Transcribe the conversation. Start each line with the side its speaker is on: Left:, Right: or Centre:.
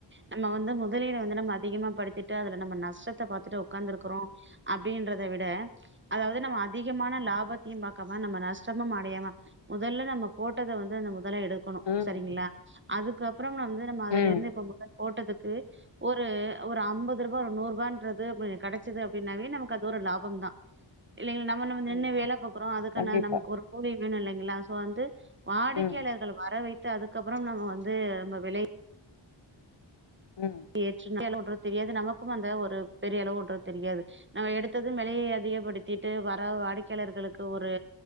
Right: நம்ம வந்து முதலீட வந்து நம்ம அதிகமா படுத்தி ட்டு அதுல நம்ம நஷ்டத்த பாத்துட்டு உக்காந்துருக்கிறோ அப்டின்றத விட அதாவது நம்ம அதிகமான லாபத்தியு பாக்காம நம்ம நஷ்டமும் அடையாம மொதல்ல நம்ம போட்டத வந்து நம்ம மொதல்ல எடுக்கணு
Left: ம்
Right: சரிங்களா அதுக்கப்பற வந்து நம்ம அதுலேர்ந்து
Left: ம்
Right: இப்ப முதல் போட்டதுக்கு ஒரு ரு ஒரு ஐம்பது ரு பா ஒரு நூற் ருபான்றது அப்படி கெடைச்சது அப்டின்னாவே நமக்கு அது ஒரு லாபம் தா இல்லைங்களா நம்ம நம்ம நின்னு
Left: ம்
Right: வேல பாக்கறோ அதுக்கான
Left: கண்டிப்பா
Right: நமக்கு ஒரு கூலி வேணு இல்லைங்களா சோ வந்து வா
Left: ம்
Right: க்கையாளர்கள் வர வை த்து அதுக்கப்பற நம்ம வந்து நம்ம விலை
Left: ம்
Right: ஏற்று தெரியாது நமக்கு அந்த ஒரு பெரியளவு ஒன்று தெரியாது நம்ம எடுத்தது வெலைய அதிகப்படுத்திட்டு வர வாடிக்கையாளர்களுக்கு ஒரு